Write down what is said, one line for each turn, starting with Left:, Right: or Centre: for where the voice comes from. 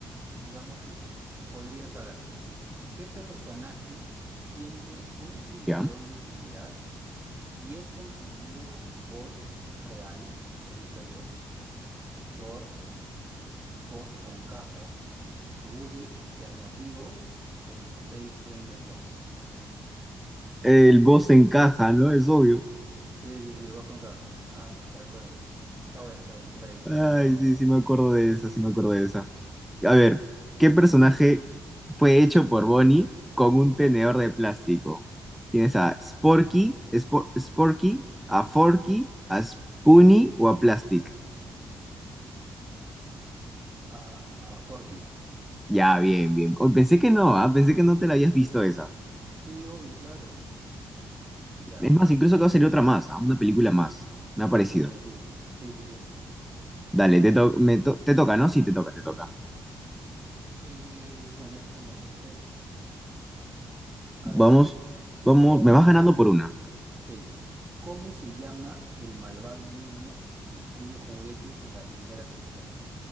Right: digamos que podría saberla. ¿Qué personaje tiene un cinturón
Centre: Ya.
Right: de utilidad? y es confundido con el boss real en Toy Story dos, Zorg, boss con caja, Woody alternativo o el Space Ranger dos,
Centre: El boss encaja, ¿no? Es obvio.
Right: Sí, sí, sí, boss con caja. Ajá, tal cual. Está bueno, está bueno, está bien.
Centre: Ay,
Right: Bueno, bueno, bueno.
Centre: sí, sí me acuerdo de esa, sí me acuerdo de esa. A ver, ¿qué personaje fue hecho por Bonnie con un tenedor de plástico? Tienes a Sporky, Spo- Sporky, a Forky, a Spoonie o a Plastic.
Right: Ah, ah, Forky.
Centre: Ya, bien, bien. Oh, pensé que no, ah, Pensé que no te la habías visto esa.
Right: Sí, obvio, claro. Ya.
Centre: Es más, incluso que va a salir otra más, ah, Una película más. Me ha parecido.
Right: La 5 sí. Sí, sí, sí.
Centre: Dale, te, to- me to- te toca, ¿no? Sí, te toca, te toca.
Right: Sí. Eh, bueno, esta no, esta es. A ver.
Centre: Vamos, vamos,
Right: ¿Cómo
Centre: me vas ganando por una.
Right: Sí. ¿Cómo se llama el malvado niño que destruye juguetes en la primera Toy Story?